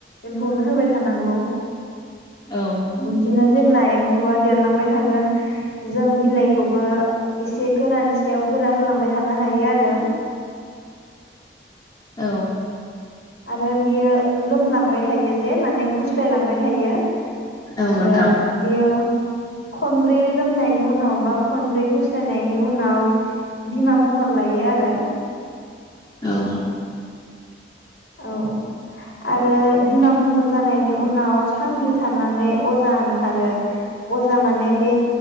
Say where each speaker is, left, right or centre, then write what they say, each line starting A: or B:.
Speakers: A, on the left (about 70°); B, on the left (about 25°).
A: एम्फौनो होबाय थानांगौ।
B: औ
A: बिदिनो जेब ला एम्फौआ देरलांबाय थागोन जों बिलाइखौबो इसे गोरानि सायाव गोरा होलां बाय थानो हायो आरो
B: औ
A: आरो बियो लोमलांबाय थायोज बे माने गुस्लाय लांबाय थायो
B: औ
A: आरो
B: नोंथां
A: बियो खनब्रै लोमनायनि उनाव बा खनब्रै गुस्लायनायनि उनाव बिमा महर लायो आरो
B: औ
A: औ आरो बिमा महर जानायनि उनाव सानब्रै थानानै अजा ओंखारो अजा माने बे